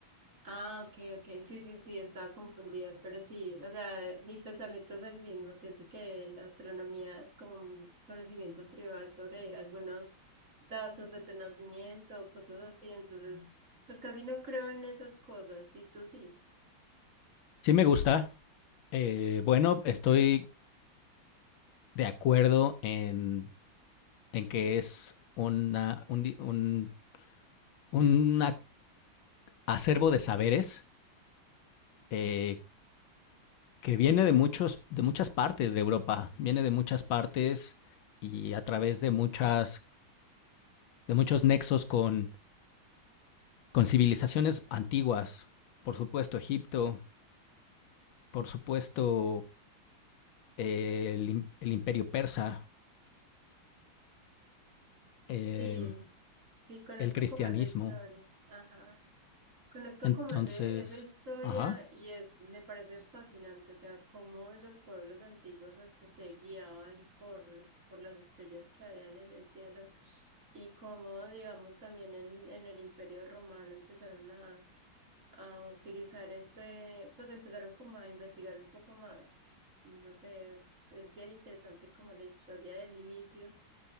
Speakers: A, on the right; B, on the left.
A: Ah, ok, ok, sí, sí, sí, estaba confundida, pero sí, o sea, mi pensamiento es el mismo, siento que la astronomía es como un conocimiento tribal sobre algunos datos de tu nacimiento o cosas así, entonces, pues casi no creo en esas cosas, y tú sí,
B: Sí me gusta. Eh, bueno, estoy de acuerdo en, en que es una, un, di- un- un a- acervo de saberes eh, que viene de muchos, de muchas partes de Europa, viene de muchas partes y a través de muchas, de muchos nexos con, con civilizaciones antiguas. Por supuesto, Egipto, por supuesto, eh, el, im- el Imperio Persa, em,
A: sí, sí, conozco
B: el cristianismo.
A: como esa historia, ajá. Conozco
B: Entonces,
A: como de esa historia
B: ajá,
A: y es, me parece fascinante, o sea, cómo los pueblos antiguos hasta se guiaban por, por las estrellas que habían en el cielo y cómo, digamos, también en, en el Imperio Romano empezaron a, a utilizar este, pues empezaron como a investigar un poco más. No sé, es, es bien interesante como la historia del inicio